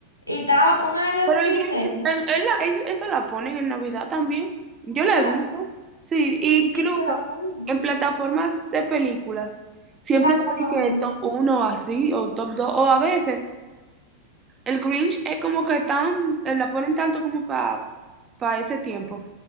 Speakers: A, on the left; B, on the right.
A: y está una de las
B: Pero
A: princesas.
B: el Grinch, el- él la- ellos- eso la ponen en Navidad también. Yo la
A: Claro,
B: he visto. Sí, incluso
A: sí, te la ponen.
B: en plataformas de películas. Siempre
A: Es la
B: está
A: número
B: de
A: uno.
B: que top uno o así, o top 2 o a veces el Grinch es como que tan, eh, la ponen tanto como para ese tiempo,